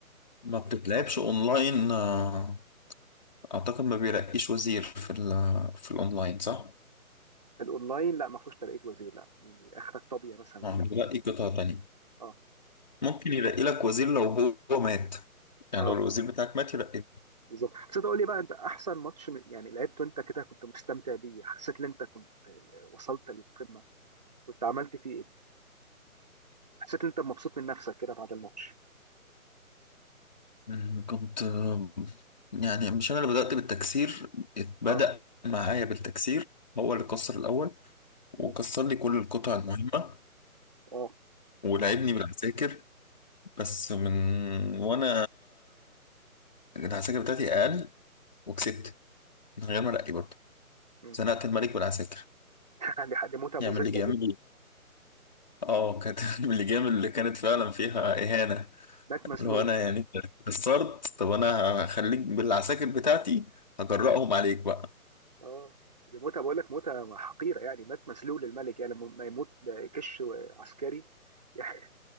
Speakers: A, on the left; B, on the right.
A: ما بتتلعبش اونلاين آه، اعتقد ما بيرقيش وزير في ال- في الاونلاين صح؟
B: الاونلاين لا ما فيهوش ترقيه وزير لا اخرك طابيه مثلا
A: آه،
B: بتاع
A: بيرقي قطعه تانية
B: اه
A: ممكن يرقي لك وزير لو هو مات يعني
B: اه
A: لو الوزير بتاعك مات يرقي
B: بالظبط بس تقول لي بقى انت احسن ماتش م- يعني لعبته انت كده كنت مستمتع بيه حسيت ان انت كنت آه، وصلت للقمه كنت عملت فيه ايه حسيت ان انت مبسوط من نفسك كده بعد الماتش
A: أمم، كنت آه، يعني مش انا اللي بدأت بالتكسير بدأ
B: اه
A: معايا بالتكسير هو اللي كسر الاول وكسر
B: مم.
A: لي كل القطع المهمة
B: اه
A: ولعبني بالعساكر بس من وانا العساكر بتاعتي اقل وكسبت من غير ما ارقي برضه
B: مم.
A: زنقت الملك بالعساكر
B: <laughs> يعني حد موته مذله
A: يعمل اللي جامد
B: جدا
A: اه كانت <laughs> من اللي جامد اللي كانت فعلا فيها اهانة
B: مات مذلول
A: لو انا يعني قصرت طب انا هخليك بالعساكر بتاعتي هجرأهم عليك بقى
B: اه دي موته بقول لك موته حقيره يعني مات مذلول الملك يعني لما ما يموت كش عسكري <laughs> يعني